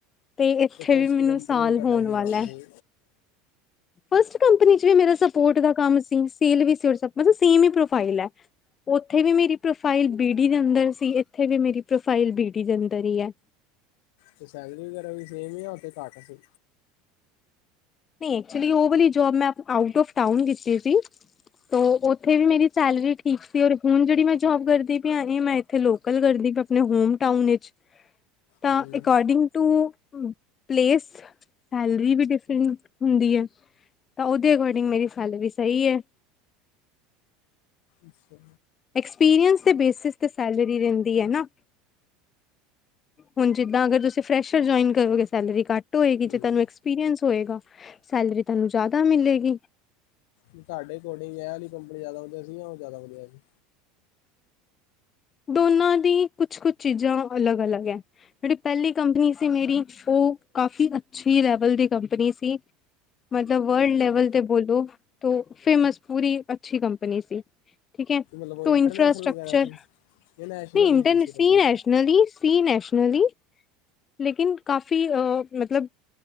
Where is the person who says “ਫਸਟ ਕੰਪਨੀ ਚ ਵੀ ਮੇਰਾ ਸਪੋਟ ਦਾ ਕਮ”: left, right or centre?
Left